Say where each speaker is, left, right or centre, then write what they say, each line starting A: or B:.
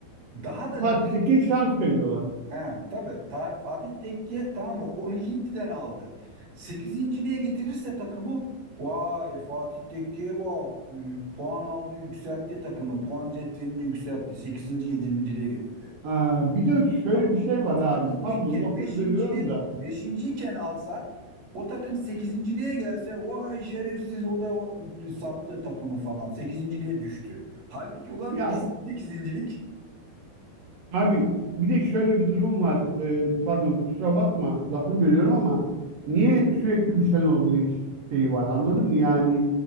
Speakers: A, on the right; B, on the right.
A: Daha da
B: Fatih
A: dibe
B: Tekke şans veriyorlar.
A: Ha, tabii Ta- Fatih Tekke tamam mı 12.den aldı. 8.liğe getirirse takımı vay Fatih Tekke'ye bak y- puan aldı yükseltti takımı puan cetvelinde yükseltti 8. 7.liğe getirdi.
B: Aa, bir de şöyle
A: Fa-
B: bir şey var
A: Fatih
B: abi. Pardon
A: Tekke
B: lafını
A: 5.liğin
B: bölüyorum da.
A: beşinciyken alsa o takım 8.liğe gelse vay şerefsiz o da o- sattı takımı falan 8.liğe düştü. Halbuki ulan
B: Ya
A: ikisi de sekizincilik.
B: abi bir de şöyle bir durum var. Ee, pardon kusura bakma lafını bölüyorum ama niye sürekli bir Şenol Güneş şeyi var anladın mı? Yani